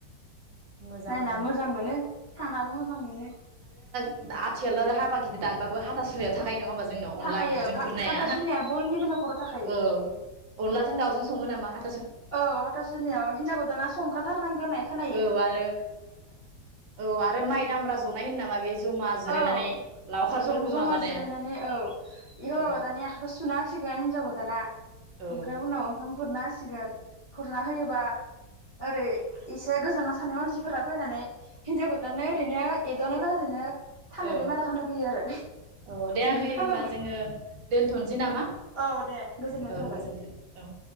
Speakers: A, on the right; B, on the left.
A: मोजां
B: नायना
A: नाङो
B: मोजां मोनो थांनाबो मोजां मोनो।
A: आथिखालथ' आरो हाबा गिदिर दानबाबो हाथा सुनियाबो थाखायो नङा होमबा? जोंनाव
B: थाखायो
A: अनला ओंख्रिजो
B: हा-हाथासुनिया
A: खुरनाया
B: बयनिबो न'खराव थाखायो
A: औ अनलाजों दावजों सङो नामा हा
B: औ हाथासुनियाव हिनजाव गोदाना संखाथारनांगोन होननाय खोना
A: औ आरो औ आरो माइ दामब्रा जहहहाय नामा बे जमा जिरायनानै
B: औ
A: लावखारफोरखौ
B: जम ज'मा
A: माबानाया
B: जिरायनानै औ हौवा
A: औ
B: गोदाननि आखाइखौ सुना होसिगोन हिनजाव गोदाना।
A: औ
B: ओमफ्राय उनाव ओंखाम हुरना होसि सिगोन खुरना होयोबा ओरै एसे गोजानाव सारनाय मानसिफोरा फैनानै हिनजाव गोदाननो ओरैनो एद'नो बाजिनो थालिरनि
A: औ
B: माला खाना फैयो आरो
A: औ दे
B: बिदिबो
A: आगै होनबा
B: खालामो
A: जोङो दोनथ'नोसै नामा?
B: औ दे गोजोननाय
A: ओ
B: थाबाय।
A: गोजोन्थों औ।